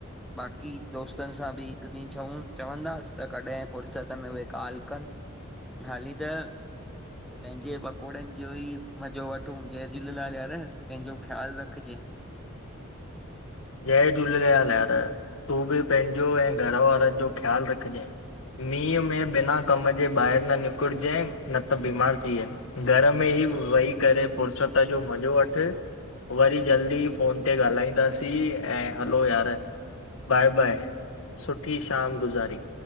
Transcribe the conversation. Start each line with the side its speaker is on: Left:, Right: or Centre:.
Centre: बाक़ी दोस्तन सां बि हिक ॾींह च चवंदास त कॾहिं फुर्सत में कालकन हाली त पंहिंजे पकोड़न जो ई मज़ो वठूं जय झूलेलाल यार पंहिंजो ख़्याल रख जाये
Left: जय झूलेलाल यार। तूं बि पंहिंजो ऐं घर वारन जो ख़्याल रखजांइ। मींहं में बिना कम जे ॿाहर न निकुर जाये न त बीमार थियन। घर में ई वेही करे फ़ुर्सत जो मज़ो वठ। वरी जल्दी फोन ते ॻाल्हाईंद दासी, ऐं हलो यार, बाय -बाय सुठी शाम गुज़ारी।